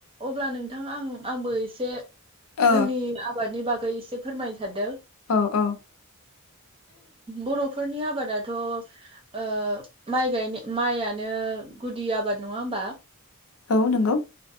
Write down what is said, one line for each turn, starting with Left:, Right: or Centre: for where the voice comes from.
Right: अब्ला नोंथां आं आंबो ए से
Left: औ
Right: जोंनि आबादनि बा यै एसे फोरमायनो सानदों
Left: औ औ
Right: बर'फोरनि आबादाथ' ओ माइ गायनाय माइयानो गुदि आबाद नंङा होमबा?
Left: औ नंगौ।